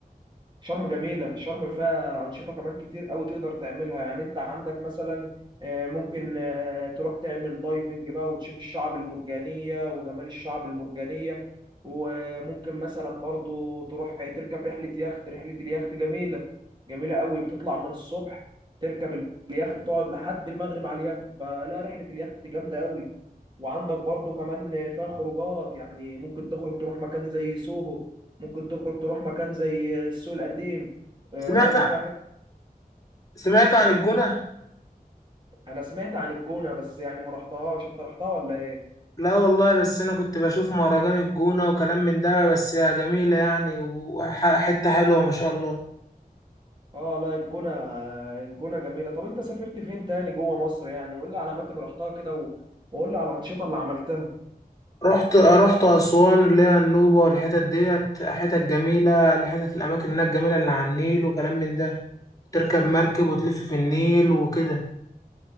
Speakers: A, on the right; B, on the left.
A: شرم جميلة شرم فيها أنشطة كمان كتير قوي تقدر تعملها يعني أنت عندك مثلا آه، ممكن آه، تروح تعمل دايفنج بقى وتشوف الشعب المرجانية وجمال الشعب المرجانية وممكن مثلا برضو تروح تركب رحلة يخت رحلة اليخت جميلة جميلة قوي بتطلع من الصبح تركب اليخت تقعد لحد المغرب على اليخت فلا رحلة اليخت جامدة قوي وعندك برضو كمان فيها خروجات يعني ممكن تخرج تروح مكان زي سوهو ممكن تخرج تروح مكان زي السوق القديم آه،
B: سمعت
A: برضو فيها حته
B: سمعت عن
A: بتقول
B: الجونة
A: انا سمعت عن الجونه بس يعني ما رحتهاش انت رحتها ولا ايه
B: لا والله بس انا كنت بشوف مهرجان الجونة وكلام من ده بس جميلة يعني وحتة حلوة ما شاء الله
A: اه لا الجونه الجونه جميله طب انت سافرت فين تاني جوه مصر يعني قول لي على اماكن رحتها كده و... وقول لي على الانشطه اللي عملتها
B: رحت رحت اسوان اللي هي النوبة والحتت ديت حتت جميلة الحتت الاماكن هناك جميلة اللي على النيل وكلام من ده تركب مركب وتلف في النيل وكده